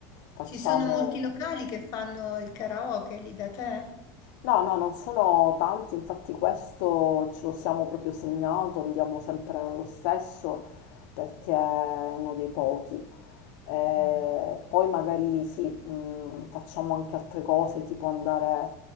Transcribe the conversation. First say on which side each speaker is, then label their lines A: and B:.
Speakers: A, on the left; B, on the left.
A: Facciamo...
B: Ci sono molti locali che fanno il karaoke lì da te?
A: No, no, non sono tanti, infatti questo ce lo siamo proprio segnato, andiamo sempre nello stesso perché è uno dei pochi. Eh,
B: Mm.
A: poi magari sì, mh, facciamo anche altre cose, tipo andare